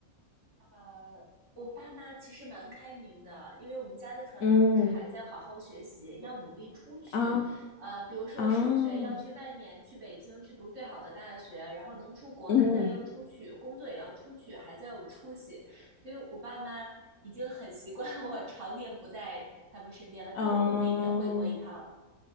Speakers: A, on the right (about 55°); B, on the left (about 65°).
A: 呃，我爸妈其实蛮开明的，因为我们家的传统都是孩子要好好学习，
B: 嗯
A: 要努力出去。
B: 啊
A: 呃，比如说升学要去外面，
B: 啊啊
A: 去北京去读最好的大学，然后能出国，
B: 嗯。
A: 那自然要出去，工作也要出去，孩子要有出息。所以我爸妈已经很习惯 <laughs> 我常年不在他们身边了，但我会每年回国一趟。
B: 啊。